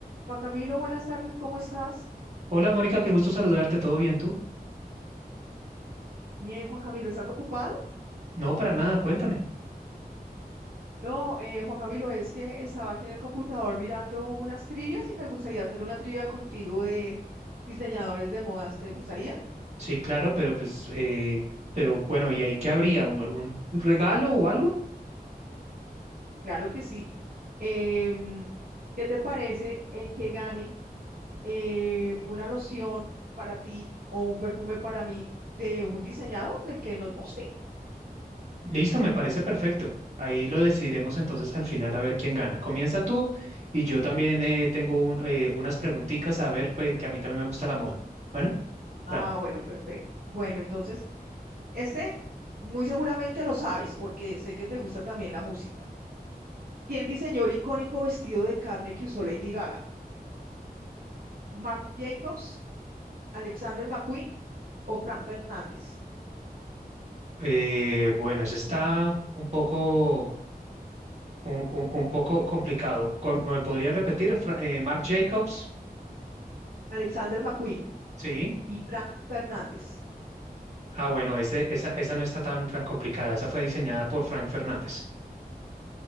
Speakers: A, on the right; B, on the right.
A: Juan Camilo, buenas tardes, ¿cómo estás?
B: Hola Mónica, qué gusto saludarte, ¿todo bien tú?
A: Bien, Juan Camilo, ¿estás ocupado?
B: No, para nada, cuéntame.
A: No, eh, Juan Camilo, es que estaba aquí en el computador mirando unas trivias y me gustaría hacer una trivia contigo de diseñadores de modas. ¿Te gustaría?
B: Sí, claro, pero pues, eh, pero bueno, ¿y ahí qué habría? ¿Un- ¿Algún regalo o algo?
A: Claro que sí. Em, ¿qué te parece el que gane eh, una loción para ti o un perfume para mí de un diseñador del que nos guste?
B: Listo, me parece perfecto. Ahí lo decidiremos entonces al final a ver quién gana. Comienza tú y yo también eh, tengo un- eh, unas preguntitas a ver, pues, que a mí también me gusta la moda. Bueno,
A: Ah,
B: dale.
A: bueno, perfecto. Bueno, entonces Este, muy seguramente lo sabes, porque sé que te gusta también la música. ¿Quién diseñó el icónico vestido de carne que usó Lady Gaga? ¿Marc Jacobs, Alexander McQueen o Frank Fernández?
B: Eh, bueno, eso está un poco, un, un- un poco complicado. Com- ¿Me podría repetir? Fra- eh, Marc Jacobs,
A: Alexander McQueen
B: sí.
A: y Frank Fernández.
B: Ah, bueno, ese, esa, esa no está tan, tan complicada. Esa fue diseñada por Frank Fernández.